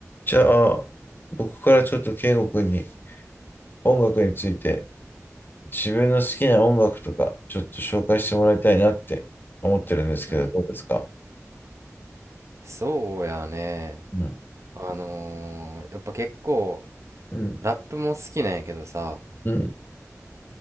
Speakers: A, on the left; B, on the right.
A: じゃあ、僕からちょっと圭吾君に音楽について自分の好きな音楽とかちょっと紹介してもらいたいなって思ってるんですけど、
B: うん、
A: どうですか
B: そうやね。
A: うん、
B: あのーやっぱ結構、
A: うん、
B: ラップも好きなんやけどさ、
A: うん、